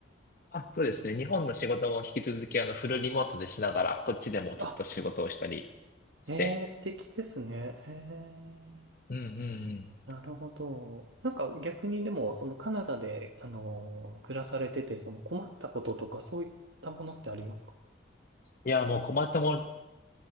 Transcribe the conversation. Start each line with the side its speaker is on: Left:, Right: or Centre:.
Left: あ、そうですね。日本の仕事も引き続き、あの、フルリモートでしながら、こっちでもちょっと仕事をしたり
Right: あ、
Left: して。
Right: ええ、素敵ですね。ええ。
Left: うんうんうん。
Right: なるほど。なんか逆にでも、そのカナダで、あのー暮らされてて、その困ったこととかそういったものってありますか
Left: いや、もう困ったもの